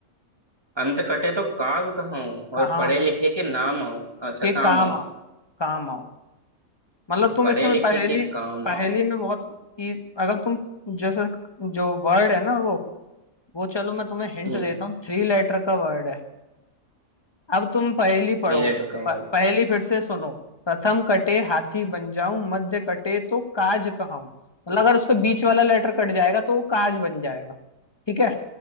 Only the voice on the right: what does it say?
अंत कटे तो काग कहाऊं
और पढ़े लिखे के नाम आऊं अच्छा
काम
आऊं
पढ़े
लिखे
के काम
आऊं
हम्म
थ्री लेटर का
वर्ड